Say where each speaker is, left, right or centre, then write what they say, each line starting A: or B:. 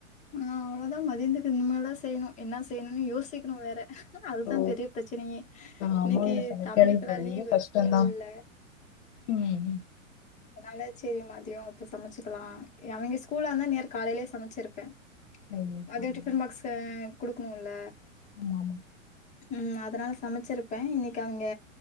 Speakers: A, on the left; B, on the left.
A: ஆ அவ்ளோதா மதியனத்துக்கு இனிமேல்தா செய்யணு என்ன செய்யணுன்னு யோசிக்கணு வேற அதுதா
B: ஓ
A: பெரிய பிரச்சனையே
B: ஆமாங்க
A: இன்னைக்கு
B: சமைக்கிறது
A: தம்பிக்குல்லா
B: பெரிய
A: லீவு
B: கஷ்டந்தா
A: ஸ்கூல் இல்ல
B: ம்
A: அனால சேரி மதியம் அப்புறம் சமைச்சுக்கலாம் அவிங்க ஸ்கூல்லா இருந்தா இன்நேரம் காலையிலே சமைச்சிருப்பேன்
B: ஆமா
A: அது டிஃபன் பாக்ஸ குடுக்கணும் இல்ல
B: ஆமா
A: ம் அதனால சமைச்சிருப்பே இன்னைக்கு அவிங்க